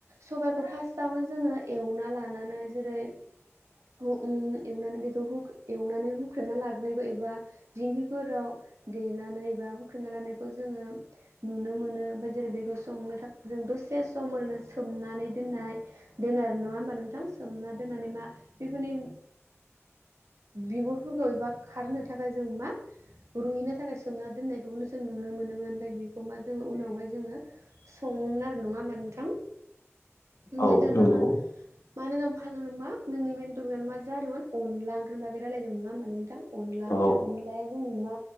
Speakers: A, on the right (about 80°); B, on the left (about 70°).
A: सबायखौ फार्स्टआवनो जोङो एवना लानानै जेरै ओ उम एवनानै बेखौ हुगु एवनानै हुख्रेबना लाग्रोनायखौ एबा दिंखिफोराव देनानै एबा हुख्रेबना लानायखौ जोङो नुनो मोनो ओमफ्राय जेरै बेखौ संनो थाखाय जों दसे सम ओरैनो सोमनानै दोननाय दोनोआरो, नङा होमबा नोंथां? सोमना दोननानै मा बेफोरनि बिगुरफोरखौ एबा खारनो थाखाय जों मा रुयैनो थाखाय सोमना दोननायखौबो जों नुनो मोनो नों होनबाय बेखौ मा जो उनाव बेावहाय जोङो सङोमोन आरो नङा होमबा नोंथां ओमफ्राय
B: औ
A: दा
B: नंगौ
A: जोङो मानो नों <unintelligible> जादों मा जोंनि मेन टपिकआ मा जादोंमोन अनला ओं <unintelligible> बागै रायलायदोंमोन नङा होमबा नोंथां? अनला ओंख्रि
B: औ
A: अनलाया जोंनि मा